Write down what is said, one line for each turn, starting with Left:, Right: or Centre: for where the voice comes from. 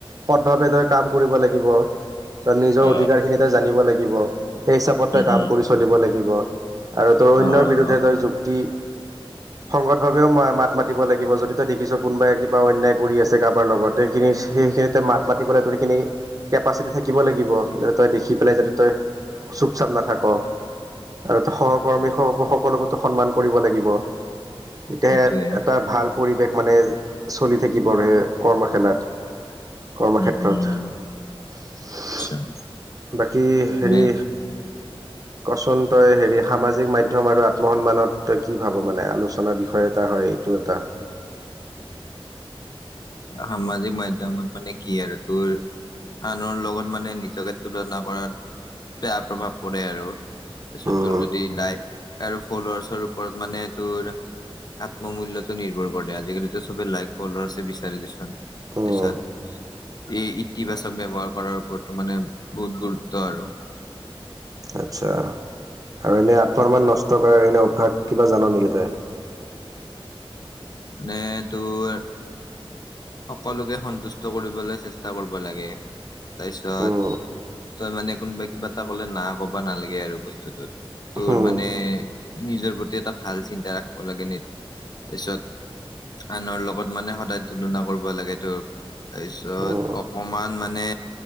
Right: সৎভাৱে কাম কৰিব লাগিব তোৰ নিজৰ
Left: অ',
Right: অধিকাৰখিনিতো জানিব লাগিব সেই হিচাপত তই
Left: উম,
Right: কাম
Left: উম,
Right: কৰি চলিব লাগিব আৰু তোৰ অন্যৰ
Left: অ',
Right: বিৰুদ্ধে
Left: অ',
Right: তি সংগতভাৱেও মাত মাতিব লাগিব যদি তই দেখিছ কোনোবাই কিবা অন্যায় কৰি আছে কাৰোবাৰ লগত সেইখিনি সেইখিনিত তই মাত মাতিবলে তোৰ সেইখিনি কেপাচিটি থাকিব লাগিব যে তই দেখি পেলাই যাতে তই চুপ-চাপ নাথাক আৰু সহকৰ্মী সকলোকোতো সন্মান কৰিব লাগিব তেতিয়াহে
Left: সেইটোয়ে
Right: এটা ভাল পৰিৱেশ মানে চলি থাকিব আৰু সেই কৰ্ম খেলাত কৰ্মক্ষেত্ৰত
Left: উম, উম। আচ্ছা,
Right: বাকী
Left: মানে
Right: হেৰি কচোন তই হেৰি সামাজিক মাধ্যম আৰু আত্মসন্মানত তই কি ভাৱ মানে আলোচনাৰ বিষয়ে এটা হয় এইটো এটা
Left: সামাজিক মাধ্যমত মানে কি আৰু তোৰ আনৰ লগত মানে নিজকে তুলনা কৰাত বেয়া প্ৰভাৱ পৰে আৰু তাৰপিছত
Right: উম
Left: তোৰ যদি লাইফ আৰু ফল্লোৱেছ ওপৰত মানে তোৰ আত্মমূল্যত নিৰ্ভৰ কৰে আজিকালিতো চবেই লাইফ ফল্লৱাছে বিচাৰি দিচোন তাৰপিছত
Right: উম
Left: এই ইতিবাচক ব্যৱহাৰ কৰাৰ ওপৰত মানে বহুত গুৰুত্ব আৰু
Right: আচ্ছা আৰু এনে আত্মসন্মান নষ্ট কৰাৰ এনে অভ্যাস কিবা জান নেকি তই
Left: নে তোৰ সকলোকে সন্তুষ্ট কৰিবলৈ চেষ্টা কৰিব লাগে। তাৰপিছত
Right: উম
Left: তই মানে কোনোবা কিবা এটা কলে না কবা নালাগে আৰু বস্তুটোত তোৰ
Right: উম
Left: মানে নিজৰ প্ৰতি এটা ভাল চিন্তা ৰাখিব লাগে ন তাৰপিছত আনৰ লগত মানে সদায় তুলনা কৰিব লাগে তোক তাৰপিছত
Right: উম
Left: অপমান মানে